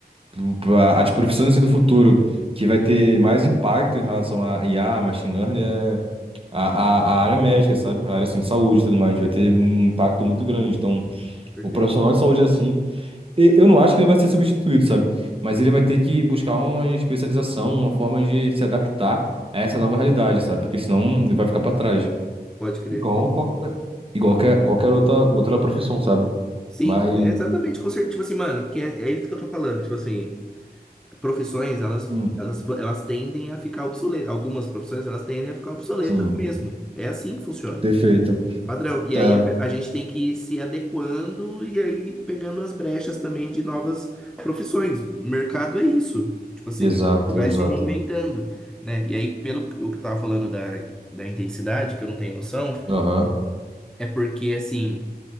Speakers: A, on the right; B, in the centre.
A: pro- pra- as profissões assim do futuro que vai ter mais impacto em relação a IA, machine learning, é a, a, a área médica, sabe? A área assim, de saúde e tudo mais,
B: com
A: vai
B: certeza,
A: ter um impacto muito grande. Então,
B: com certeza.
A: o profissional de saúde assim, e- eu não acho que ele vai ser substituído, sabe? Mas ele vai ter que buscar uma especialização, uma forma de se adaptar a essa nova realidade, sabe? Porque senão ele vai ficar pra trás.
B: Pode crer.
A: Igual qualquer, igual que- é, qualquer outra, outra profissão, sabe?
B: Sim,
A: Mas.
B: é exatamente, com certeza. Tipo assim, mano, porque é, é isso que eu tô falando. Tipo assim, profissões, elas,
A: hum,
B: elas, v- elas tendem a ficar obsoletas. Algumas profissões, elas tendem a ficar obsoletas
A: Sim,
B: mesmo. É assim que funciona.
A: perfeito.
B: Padrão. E
A: É,
B: aí a, a gente tem que ir se adequando e aí pegando as brechas também de novas profissões. O mercado é isso. Tipo assim,
A: exato,
B: ele vai
A: exato.
B: se reinventando, né? E aí, pelo que- o que eu tava falando da, da intensidade, que eu não tenho noção,
A: Aham.
B: é porque, assim,